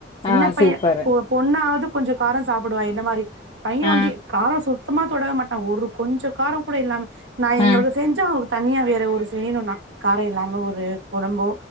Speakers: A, on the right (about 85°); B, on the left (about 30°).
A: சின்ன
B: ஆ
A: பைய
B: சூப்பரு
A: பொ பொண்ணாவது கொஞ்சோ காரொ சாப்டுவா என்ன மாரி பைய
B: ஆ
A: வந்து காரொ சுத்தமா தொடவே மாட்டா ஒரு கொஞ்சோ காரொ கூட இல்லாம நா எங்களுது
B: ஆ
A: செஞ்சா அவங் தன்னியா வேற ஒரு செய்யணும்ன்னா கார இல்லாம ஒரு கொழம்போ